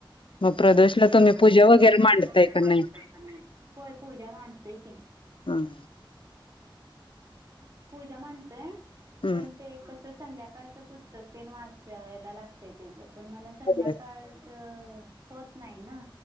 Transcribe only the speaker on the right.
प्रदोशला
त
पूजा
वगैरे
मांडताय
क नाही? होय, पूजा मांडतोय की.
पूजा मांडतोय,
पण ते कसं संध्याकाळचं पुस्तक ते वाचायला लागतय, त्याच पण मला संध्याकाळचं
होत नाही, ना